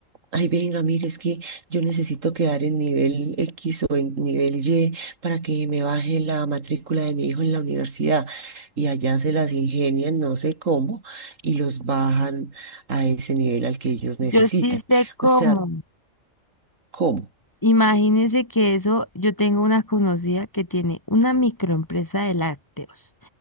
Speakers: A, on the right; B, on the left.
A: Ay, venga, mire, es que yo necesito quedar en nivel X o en nivel Y para que me baje la matrícula de mi hijo en la universidad. Y allá se las ingenian, no sé cómo, y los bajan a ese nivel al que ellos necesitan.
B: Yo sí sé cómo.
A: O sea, ¿cómo?
B: Imagínense que eso, yo tengo una conocida que tiene una microempresa de lácteos.